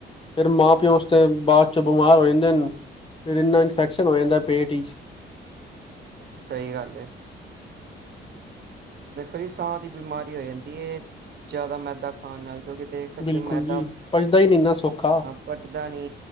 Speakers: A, on the left; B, on the right.
A: ਫੇਰ ਮਾਂ ਪੇਓ ਓਸ ਟਈਮ ਬਾਚੋਂ ਬਮਾਰ ਹੋ ਜਾਂਦੇਨ। ਫੇਰ ਇੰਨਾ ਇਨਫੈਕਸ਼ਨ ਹੋ ਜਾਂਦੈ ਪੇਟ ਈਚ।
B: ਸਈ ਗਾੱਲ ਏ। ਦੇਖੋ ਜੀ ਸਾਹ ਦੀ ਬਿਮਾਰੀ ਹੋ ਜਾਂਦੀ ਏ ਜਾਦਾ ਮੈਦਾ ਹਾਂ ਨਾਲ ਕੇਓਕੇ ਦੇਖ ਸਕਦੇ
A: ਬਿਲਕੁਲ
B: ਮੈਦਾ
A: ਜੀ ਪਚਦਾ ਹੀ ਨਹੀਂ ਨਾ ਸੌਖਾ
B: ਪਚਦਾ ਨੀ,